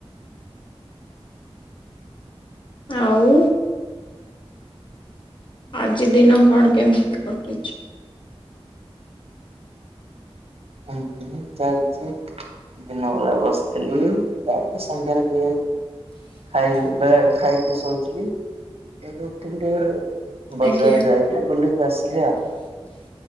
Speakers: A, on the left; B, on the right.
A: ଆଉ ଆଜି ଦିନକ କଣ କେମିତି ରେ କଟୁଚି?
B: ଏମିତି ହିଁ ଚାଲିଚି ଦିନବେଳେ ବସିଥିଲି ତାପରେ ସନ୍ଧ୍ୟାରେ ଟିକେ ଖାଇକି ବେଳାରେ ଖାଇକି ଶୋଇଥିଲି ଏବେ ଉଠିକି ଟିକେ ବଜାର
A: ଆଜ୍ଞା
B: ଯାଇକି ବୁଲିକି ଆସିଲି ଆଉ।